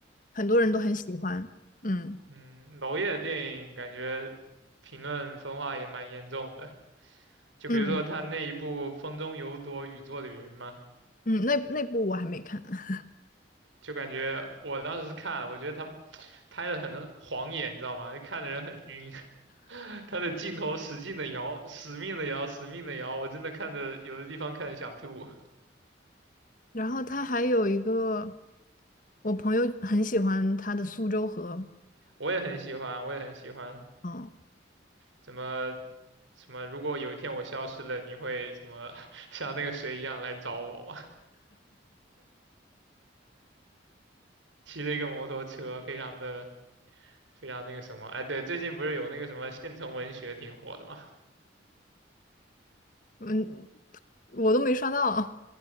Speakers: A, on the left; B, on the right.
A: 很多人都很喜欢。嗯
B: 嗯，娄烨的电影感觉评论分化也蛮严重的，就比如说他那一部《风中有朵雨做的云》嘛，
A: 嗯嗯，那那部我还没看。<laughs>
B: 就感觉我当时是看了，我觉得他拍的很晃眼，你知道吗？就看的人很晕，<laughs> 他的镜头使劲的摇，死命的摇，死命的摇，我真的看的有的地方看的想吐。
A: 然后他还有一个，我朋友很喜欢他的《苏州河》。
B: 我也很喜欢，我也很喜欢。
A: 嗯。
B: 怎么什么？如果有一天我消失了，你会什么 <laughs> 像那个谁一样来找我吗？骑着一个摩托车，非常的非常那个什么？哎，对，最近不是有那个什么县城文学挺火的吗？
A: 嗯，我都没刷到，